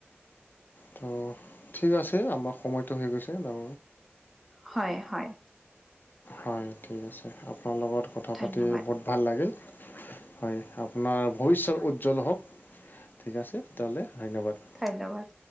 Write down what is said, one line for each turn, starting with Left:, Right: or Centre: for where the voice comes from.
Left: ত' ঠিক আছে আমাৰ সময়টো হৈ গৈছে ন
Centre: হয়, হয়।
Left: হয়, ঠিক আছে আপোনাৰ লগত কথা
Centre: ধন্যবাদ
Left: পাতি বহুত ভাল লাগিল। হয়, আপোনাৰ ভৱিষ্যত উজ্জ্বল হওক ঠিক আছে তেতিয়াহ'লে ধন্যবাদ।
Centre: ধন্যবাদ।